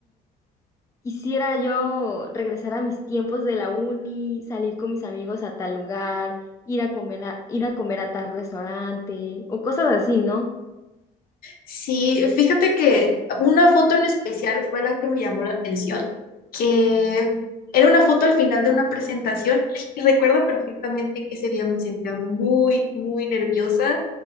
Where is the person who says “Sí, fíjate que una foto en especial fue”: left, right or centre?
Left